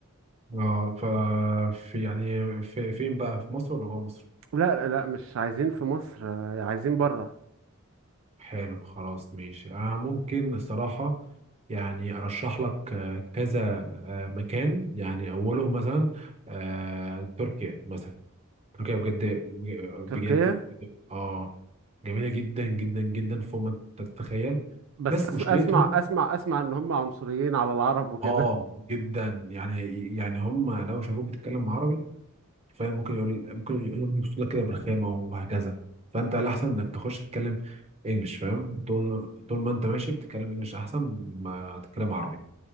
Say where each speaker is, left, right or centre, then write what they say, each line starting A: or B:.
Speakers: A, on the right (about 30°); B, on the right (about 65°).
A: اه ف في يعني في فين بقى في مصر ولا جوه مصر؟
B: لا لا مش عايزين في مصر آه، عايزين بره
A: حلو خلاص ماشي أنا ممكن الصراحة يعني أرشح لك آه، كذا آه، مكان يعني أولهم مثلا آه، تركيا مثلا تركيا بجد بجد
B: تركيا
A: اه جميلة جدا جدا جدا فوق ما تتخيل
B: بس
A: بس
B: أس-
A: مشكلتهم
B: اسمع اسمع اسمع ان هم عنصريين على العرب وكده
A: اه جدا يعني يعني هم لو شافوك بتتكلم عربي فاهم ممكن يقول ممكن يقول يبص لك كده برخامه وهكذا فانت الاحسن انك تخش تتكلم انجلش فاهم طول طول ما انت ماشي بتتكلم انجلش احسن ما تتكلم عربي